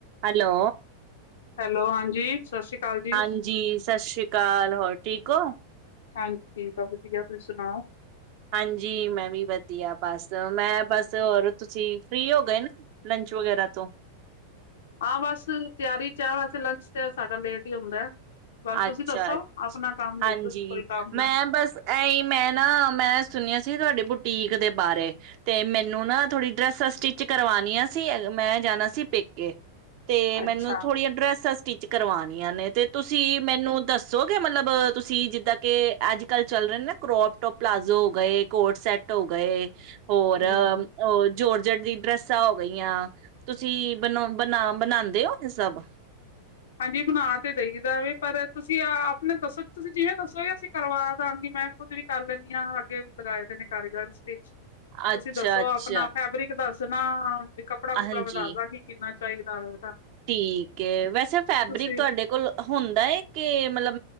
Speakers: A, on the right; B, on the left.
A: ਹੈਲੋ।
B: ਹੈਲੋ ਹਾਂਜੀ ਸਤਿ ਸ਼੍ਰੀ ਅਕਾਲ ਜੀ
A: ਹਾਂਜੀ ਸਤਿ ਸ੍ਰੀ ਅਕਾਲ ਹੋਰ ਠੀਕ ਹੋ।
B: ਹਾਂਜੀ, ਠੀਕ ਆ ਵਧੀਆ ਤੁਸੀਂ ਸੁਣਾਓ।
A: ਹਾਂਜੀ ਮੈਂ ਵੀ ਵਧੀਆ ਬਸ ਮੈਂ ਬਸ ਹੋਰ ਤੁਸੀਂ ਫਰੀ ਹੋ ਗਏ ਨਾ ਲੰਚ ਵਗੈਰਾ ਤੋਂ
B: ਹਾਂ, ਬਸ ਤਿਆਰੀ ਚ ਆ ਵੈਸੇ ਲੰਚ ਤੇ ਸਾਡਾ ਲੇਟ ਹੀ ਹੁੰਦਾ। ਬਸ ਤੁਸੀਂ
A: ਅੱਛਾ
B: ਦੱਸੋ ਆਪਣਾ ਕੰਮ
A: ਹਾਂਜੀ
B: ਦੱਸੋ ਕੋਈ ਕੰਮ
A: ਮੈਂ
B: ਨਾ
A: ਬਸ ਇਹੀ ਮੈਂ ਨਾ ਮੈਂ ਸੁਣਿਆ ਸੀ ਤੁਹਾਡੇ ਪੁ ਪੀਕ ਦੇ ਬਾਰੇ ਤੇ ਮੈਨੂੰ ਨਾ ਥੋੜ੍ਹੀ ਡਰੈਸਾਂ ਸਟਿਚ ਕਰਵਾਣੀਆਂ ਸੀ ਮੈਂ ਜਾਣਾ ਸੀ ਪੇਕੇ। ਤੇ
B: ਅੱਛਾ
A: ਮੈਨੂੰ ਥੋੜੀਆਂ ਡਰੈਸਾਂ ਸਟਿਚ ਕਰਵਾਣੀਆਂ ਨੇ ਤੇ ਤੁਸੀਂ ਤੁਸੀਂ ਮੈਨੂੰ ਦੱਸੋਗੇ ਮਤਲਬ ਤੁਸੀਂ ਜਿੱਦਾਂ ਕਿ ਅੱਜ ਕੱਲ ਚੱਲ ਰਹੇ ਨਾ ਕਰੋਪ ਟੋਪ, ਪਲਾਜ਼ੋ ਹੋ ਗਏ ਕੋਡ ਸੈੱਟ ਹੋ ਗਏ। ਹੋਰ
B: ਹਮ
A: ਉਹ ਜੋਰਜਟ ਦੀ ਡਰੈਸਾਂ ਹੋ ਗਈਆਂ ਤੁਸੀਂ ਬ ਬਣਾ ਬਣਾਂਦੇ ਹੋ ਇਹ ਸਭ
B: ਹਾਂਜੀ ਬਣਾ ਤੇ ਦਈ ਦਾ ਵੇ ਪਰ ਤੁਸੀਂ ਆਪਣੇ ਦੱਸੋ ਤੁਸੀਂ ਜਿਵੇਂ ਦੱਸੋਗੇ ਅਸੀਂ ਕਰਵਾਦਾਂਗੇ ਮੈਂ ਖੁਦ ਵੀ ਕਰ ਲੈਂਦੀ ਹਾਂ ਅੱਗੇ ਵੀ ਲਗਾਏ ਦੇ ਨੇ ਕਾਰੀਗਰ ਤੁਸੀਂ
A: ਅੱਛਾ
B: ਦੱਸੋ
A: ਅੱਛਾ
B: ਆਪਣਾ ਫੈਬਰਿਕ ਦੱਸ ਦੋ ਚਨਾ ਤੇ ਕੱਪੜਾ ਕੁੱਪੜਾ
A: ਹਾਂਜੀ
B: ਮੈਂ ਦਸ ਦਾ ਗੀ, ਕਿੰਨਾਂ ਚਾਹੀਦਾ ਵੇ
A: ਠੀਕ ਹੈ, ਵੈਸੇ ਫੈਬਰਿਕ
B: ਤੁਸੀਂ
A: ਤੁਹਾਡੇ ਕੋਲ ਹੁੰਦਾ ਹੈ। ਕਿ ਮਤਲਬ